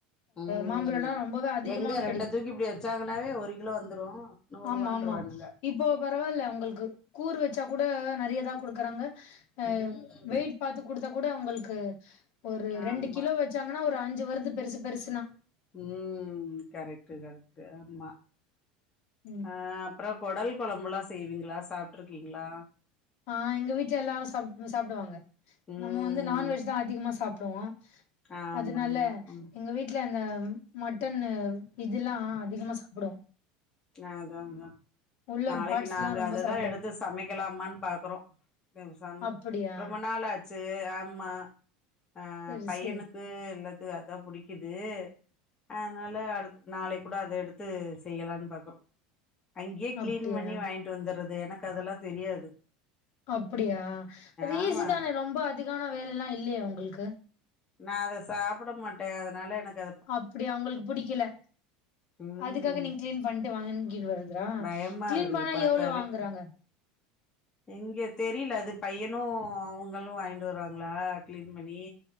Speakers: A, on the left; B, on the left.
A: ம்
B: மாம்பழம்லா
A: ம்
B: ரொம்பவே அதிகமா
A: எங்க
B: கெடைக்கு
A: ரெண்ட தூக்கி இப்டி வெச்சாங்கன்னாவே ஒரு கிலோ வந்துரூ நூறு
B: ஆமா
A: ரூவான்ட்ருவானுங்க
B: ஆமா இப்போ பரவால்ல உங்களுக்கு கூறு வச்சா கூட நறைய தா குடுக்குறாங்க அ
A: ம்
B: வெயிட் பாத்து குடுத்தா கூட அவங்களுக்கு ஒரு
A: ஆமா
B: ரெண்டு கிலோ வச்சாங்கன்னா ஒரு அஞ்சு வருது பெருசு பெருசுனா
A: ம் கரெக்ட் கரெக்ட் ஆமா
B: ம் ம் ம்
A: ஆ அப்புறோ கொடல் கொழம்புல்லா செய்வீங்களா சாப்ட்டுருக்கீங்களா
B: ஆ எங்க வீட்ல எல்லாரு சா சாப்டுவாங்க
A: ம்
B: நம்ம வந்து நான்வெஜ் தா அதிகமா சாப்புடுவோ
A: ஆமா
B: அதனால
A: ஆமா ம்
B: எங்க வீட்ல அந்த மட்டன்னு இதுல்லா அதிகமா சாப்புடுவோ
A: அ அதாதா
B: உள்ள
A: நாளைக்கி
B: பார்ட்ஸ்லா
A: நாங்க
B: ரொம்ப
A: அததா
B: சாப்டுவோ
A: எடுத்து சமைக்கலாமான்னு பாக்குறோ பேசாம
B: அப்படியா?
A: ரொம்ப நாள் ஆ ட்சி ஆமா ஆ
B: சரி,
A: பையனுக்கு
B: சரி.
A: எல்லாத்துக்கு அதா புடிக்கிது அதனால அடுத் நாளைக்கி கூட அத எடுத்து செய்யலான்பாக்குறோ அங்கேயே கிளீன்
B: அப்படியா?
A: பண்ணி வாங்கி ட்டு வந்துறது எனக்கு அதெல்லா தெரியாது
B: அப்பிடியா அது
A: ஆமா
B: ஈஸி தானே ரொம்ப அதிகான வேலையெல்லா இல்லையே உங்களுக்கு
A: நா அத சாப்பட மாட்டே அதனால எனக்
B: அப்படி அவங்களுக்கு புடிக்கல
A: ம்
B: அதுக்காக நீங்க கிளீன் பண்ணிட்டு வாங்கிங்ட்வருதா
A: பயமா
B: கிளீன்
A: இருக்குது
B: பண்ணா
A: பாத்தாவே
B: எவ்ளோ வாங்கறாங்க
A: <inaudible> இங்க தெரியல அது பையனு அவுங்களு வாங்கிட்டு வறாங்களா கிளீன் பண்ணி